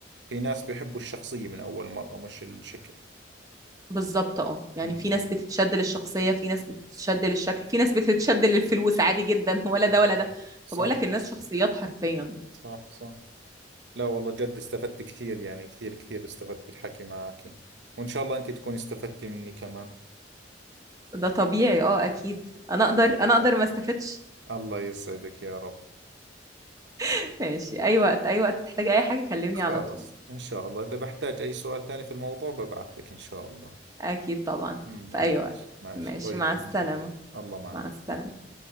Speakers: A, on the right; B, on the right.
A: في ناس بيحبوا الشخصية من اول مرة مش الشكل
B: بالظبط اه يعني
A: امم
B: في ناس بتتشد للشخصية في ناس بتتشد للشكل في ناس بتتشد للفلوس عادي جدا <laughs> ولا ده
A: آه.
B: ولا ده
A: صح
B: فبقول لك الناس شخصيات حرفيا
A: صح صح لا والله جد استفدت كثير يعني كثير كثير استفدت بالحكي معك وإن شاء الله أنت تكوني استفدتي مني كمان
B: ده طبيعي اه اكيد انا اقدر انا اقدر ما استفدش
A: الله يسعدك يا رب
B: <laughs> ماشي اي وقت اي وقت تحتاج اي حاجة كلمني
A: خلاص
B: على طول
A: إن شاء الله إذا بحتاج أي سؤال ثاني في الموضوع ببعث لك إن شاء الله
B: أكيد طبعا
A: ماشي
B: في أي وقت
A: ماشي
B: ماشي
A: باي
B: مع
A: باي
B: السلامة
A: الله معك
B: مع السلامة